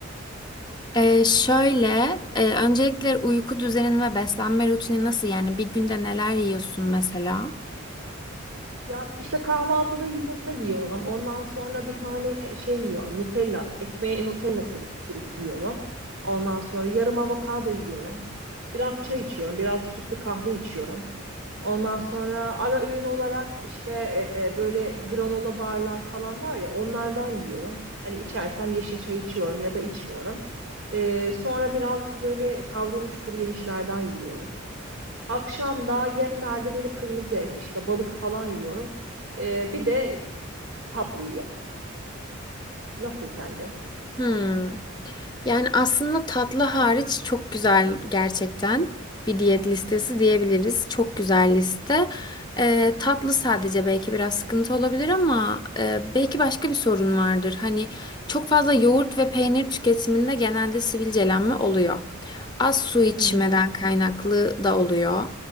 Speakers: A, on the left; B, on the right.
A: Ee, şöyle, e, öncelikle uyku düzenin ve beslenme rutini nasıl? Yani bir günde neler yiyorsun mesela?
B: Ya işte kahvaltıda yumurta yiyorum. Ondan sonra bir tane şey yiyorum. Nutella, ekmeğe Nutella sür- sürüp yiyorum. Ondan sonra yarım avokado yiyorum. Biraz çay içiyorum, biraz sütlü kahve içiyorum. Ondan sonra ara öğün olarak işte e, böyle granola barlar falan var ya onlardan yiyorum. Hani içersem yeşil çay içiyorum ya da içmiyorum. E, sonra biraz böyle kavrulmuş kuru yemişlerden yiyorum. Akşam da genelde böyle kırmızı et, işte balık falan yiyorum. Ee, bir de tatlı yiyorum. Nasıl sence?
A: Hmm. Yani aslında tatlı hariç çok güzel gerçekten bir diyet listesi diyebiliriz. Çok güzel liste. Ee, tatlı sadece belki biraz sıkıntı olabilir ama e, belki başka bir sorun vardır. Hani çok fazla yoğurt ve peynir tüketiminde genelde sivilcelenme oluyor. Az su içmeden
B: Hmm.
A: kaynaklı da oluyor.